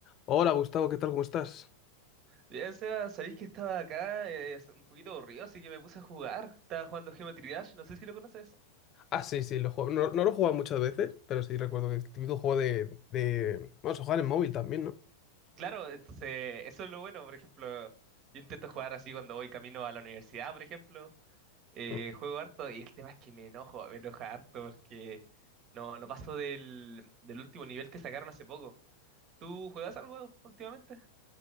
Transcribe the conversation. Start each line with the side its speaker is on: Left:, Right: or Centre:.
Left: Hola Gustavo, ¿qué tal? ¿Cómo estás?
Right: Ya, o sea, sabéis que estaba acá eh, hace- un poquito aburrido, así que me puse a jugar. Estaba jugando Geometry Dash, no sé si lo conoces.
Left: Ah, sí, sí, lo juego. No, no lo he jugado muchas veces, pero sí recuerdo que es el típico juego de, de... Bueno, se juega en móvil también, ¿no?
Right: Claro, entonces eso es lo bueno, por ejemplo, yo intento jugar así cuando voy camino a la universidad, por ejemplo. Eh,
Left: Mm.
Right: juego harto y el tema es que me enojo, me enoja harto porque no, no paso del, del último nivel que sacaron hace poco. ¿Tú juegas algo últimamente?